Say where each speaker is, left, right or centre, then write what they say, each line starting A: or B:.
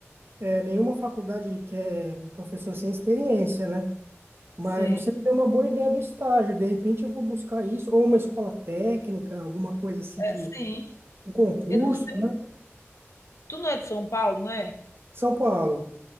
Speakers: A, on the right; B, on the left.
A: É, nenhuma faculdade quer um professor sem experiência, né? Mas
B: Sim,
A: você me deu uma boa ideia do estágio, de repente eu vou buscar isso, ou uma escola técnica, alguma coisa assim
B: é
A: que,
B: sim.
A: um concurso,
B: Eu não sei.
A: né?
B: Tu não é de São Paulo, né?
A: São Paulo,